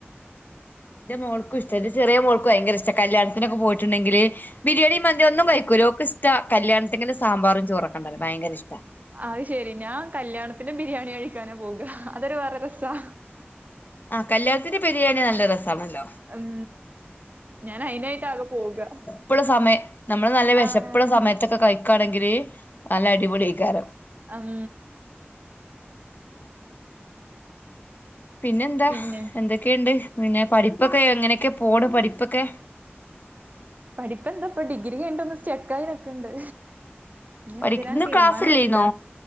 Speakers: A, on the left (about 45°); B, on the right (about 40°).
A: ന്റെ മോക്കും ഇഷ്ടന്റെ ചെറിയ മോൾക്ക് ഭയങ്കര ഇഷ്ട കല്യാണത്തിനൊക്ക പോയിട്ടുണ്ടെങ്കില് ബിരിയാണി മന്തി ഒന്നും കഴിക്കൂ ലോർക്ക് ഇഷ്ട കല്യാണത്തിലും സാമ്പാറും ചോറൊക്കെണ്ടല്ലോ ഭയങ്കര ഇഷ്ട
B: അയ്ശെരി ഞാൻ കല്യാണത്തിന് ബിരിയാണി കഴിക്കാനെ പോക അതൊരു വേറെ രസാ
A: ആഹ് കല്യാത്തിന്റെ ബിരിയാണി നല്ല രസാണല്ലോ
B: ഉം ഞാൻ അയിനായിട്ടാകെ പോക
A: ഇപ്പോഴ സമയം നമ്മള് നല്ല വിഷപ്പോള്ള
B: ആഹ്.
A: സമയത്തൊക്കെ കഴിക്കണെങ്കില് നല്ല അടിപൊളിയേക്കാരം
B: അം
A: പിന്നെന്താ
B: പിന്നെ
A: എന്തൊക്കെയണ്ട് പിന്നെ പഠിപ്പൊക്കെ എങ്ങനെയൊക്കെ പോണ് പഠിപ്പൊക്കെ
B: പഠിപ്പ എന്താപ്പ ഡിഗ്രി കഴിണ്ടന്ന് സ്റ്റക്കായിനൊക്കെുണ്ട് ഇഞ്ഞെന്തിനൻ
A: പഠി ഇന്ന്
B: തീരുമാനായിട്ടില്ല
A: ക്ലാസ്സില്ലേന്നോ